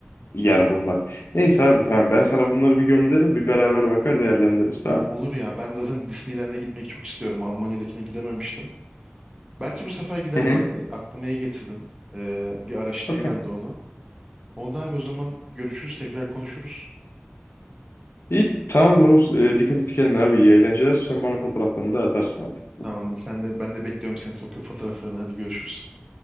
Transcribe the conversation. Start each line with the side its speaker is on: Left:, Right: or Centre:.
Left: yer bulmak. Neyse abi tamam ben sana bunları bir gönderirim bir beraber bakar değerlendiririz tamam.
Right: Olur ya. Ben zaten Disneyland'e gitmek çok istiyorum. Almanya'dakine gidememiştim. Belki bu sefer giderim
Left: Hı hı.
Right: bak aklıma iyi getirdin. Ee, bir araştırayım
Left: Okey.
Right: ben de onu. Oldu abi o zaman görüşürüz tekrar konuşuruz.
Left: İyi tamamdır Oğuz. Ee, dikkat et kendine abi. İyi eğlenceler. Sen bana fotoğraflarını da atarsın artık.
Right: Tamamdır sen de ben de bekliyorum senin Tokyo fotoğraflarını hadi görüşürüz.